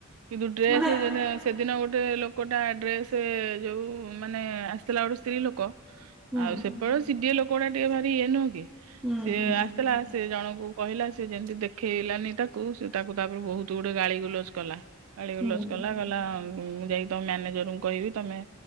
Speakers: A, on the right; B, in the centre.
A: କିନ୍ତୁ ଡ୍ରେସ୍
B: ମାନେ
A: ଯେତେ ସେଦିନ ଗୋଟେ ଲୋକଟା ଡ୍ରେସ୍ ଯୋଉ ମାନେ ଆସିଥିଲା ଗୋଟେ ସ୍ତ୍ରୀ ଲୋକ
B: ହୁଁ
A: ଆଉ ସେପଟେ ସିଡିଏ ଲୋକଉଡା ଟିକେ ଭାରି ଇଏ ନୁହଁ କି
B: ହୁଁ
A: ସିଏ
B: ହୁଁ
A: ଆ ଆସିଥିଲା ସେ ଜଣଙ୍କୁ କହିଲା ସେ ଯେମତି ଦେଖେଇଲାନି ତାକୁ ସେ ତାକୁ ତାପରେ ବହୁତ୍ ଗୁଡ଼େ ଗାଳି ଗୁଲଜ କଲା ଗାଳି
B: ହୁଁ
A: ଗୁଲଜ କଲା କଇଲା ମୁଁ ଯାଇକି ତମ ମ୍ୟାନେଜରଙ୍କୁ କହିବି ତମେ